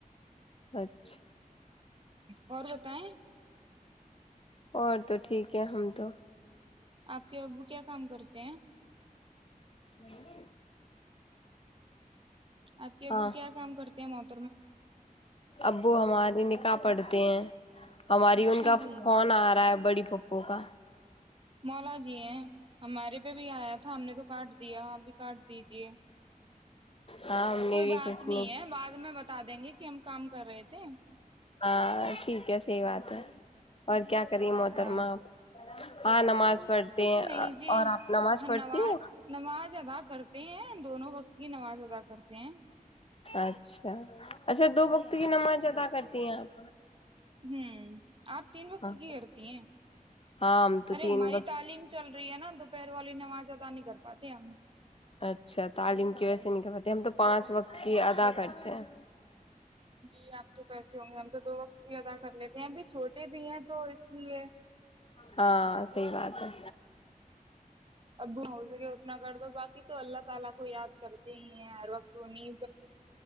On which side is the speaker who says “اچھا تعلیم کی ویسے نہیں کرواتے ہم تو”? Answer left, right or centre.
Left